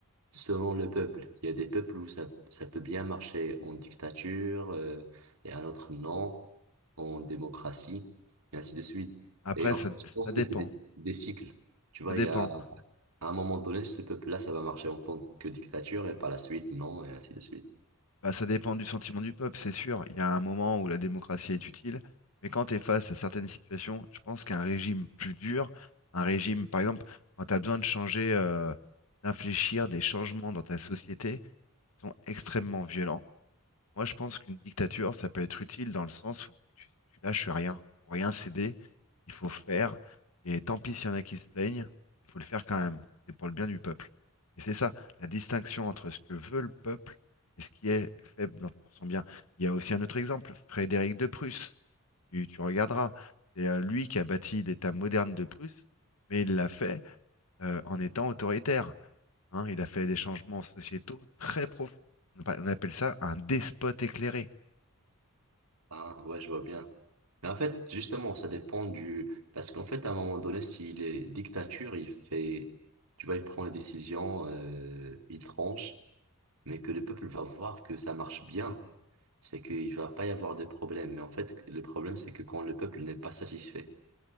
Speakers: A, on the right; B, on the left.
A: selon le peuple. Il y a des peuples où ça, ça peut bien marcher en dictature, euh, et un autre non, en démocratie, et ainsi de suite.
B: Après,
A: Et en
B: ça,
A: fait, je pense
B: ça dépend.
A: que c'est des, des cycles. Tu vois,
B: Ça dépend.
A: il y a à un moment donné, ce peuple-là, ça va marcher en tant que dictature, et par la suite, non, et ainsi de suite.
B: Bah, ça dépend du sentiment du peuple, c'est sûr. Il y a un moment où la démocratie est utile, mais quand tu es face à certaines situations, je pense qu'un régime plus dur, un régime, par exemple, quand tu as besoin de changer, euh, d'infléchir des changements dans ta société qui sont extrêmement violents, Moi, je pense qu'une dictature, ça peut être utile dans le sens où tu, tu lâches rien. Pour rien céder, il faut faire. Et tant pis s'il y en a qui se plaignent, il faut le faire quand même. C'est pour le bien du peuple. Et c'est ça, la distinction entre ce que veut le peuple et ce qui est fait dans- pour son bien. Il y a aussi un autre exemple, Frédéric de Prusse. Tu, tu regarderas. C'est euh, lui qui a bâti l'État moderne de Prusse, mais il l'a fait euh, en étant autoritaire. hein. il a fait des changements sociétaux très profonds. On appa- on appelle ça un despote éclairé.
A: Ah, ouais, je vois bien. Mais en fait, justement, ça dépend du... Parce qu'en fait, à un moment donné, s'il est dictature, il fait... Tu vois, il prend les décisions, euh, il tranche, mais que le peuple va voir que ça marche bien. C'est qu'il va pas y avoir de problème. Mais en fait, le problème, c'est que quand le peuple n'est pas satisfait.